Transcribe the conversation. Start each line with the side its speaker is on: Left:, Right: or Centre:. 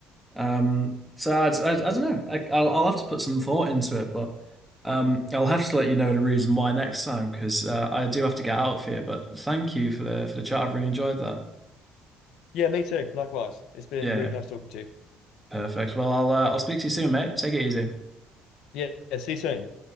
Centre: Um so I, I, I don't know. I, I'll I'll have to put some thought into it, but um I'll have to let you know the reason why next time because uh, I do have to get out of here, but thank you for the for the chat. I've really enjoyed that.
Left: Yeah, me too. Likewise, it's been
Centre: Yeah,
Left: really nice talking to you.
Centre: perfect. Well, I'll uh, I'll speak to you soon, mate. Take it easy.
Left: Yeah, yeah, see you soon.